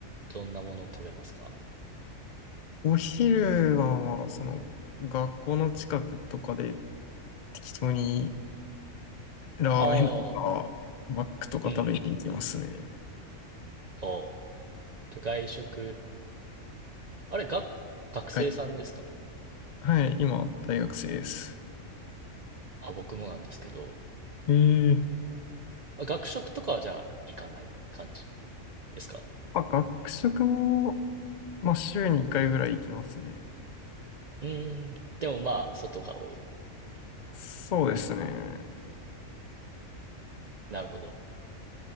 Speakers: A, on the right; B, on the left.
A: どんなものを食べますか
B: お昼はまあ、その、学校の近くとかで適当にラーメンとか、
A: ああ
B: マックとか食べに行きますね。
A: うんうんうんうんうんうん。おう。と外食、あれ、が、学生さんですか
B: はい、はい今、大学生です。
A: あ、僕もなんですけど、
B: ええ
A: あ、学食とかはじゃあ行かない感じですか
B: まあ、学食も、まあ、週に1回ぐらい行きますね。
A: うーん。でもまあ、外が多い。
B: そうですね。
A: なるほど。